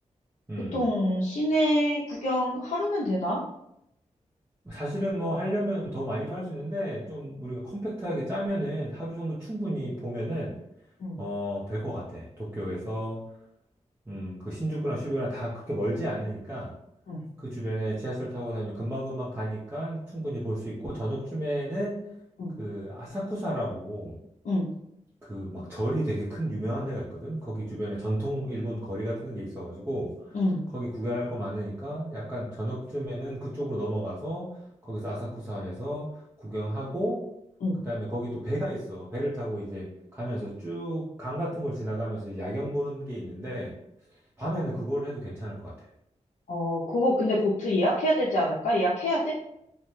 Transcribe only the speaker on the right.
음.
사실은 뭐 하려면 더 많이도 할 수 있는데 좀 우리가 컴팩트하게 짜면은 하루 정도 충분히 보면은
어, 될 것 같아. 도쿄에서 음, 그 신주쿠랑 시부야나 다 그렇게 멀지 않으니까
그 주변에 지하철 타고 다니면 금방금방 가니까 충분히 볼 수 있고 저녁쯤에는
그 아사쿠사라고
그 막 절이 되게 큰 유명한 데가 있거든. 거기 주변에 전통 일본 거리 같은 게 있어가지고
거기 구경할 거 많으니까 약간 저녁쯤에는 그쪽으로 넘어가서 거기서 아사쿠사에서 구경하고
그다음에 거기 또 배가 있어. 배를 타고 이제 가면서 쭉 강 같은 걸 지나가면서 야경 보는 게 있는데 밤에는 그걸 해도 괜찮을 것 같아.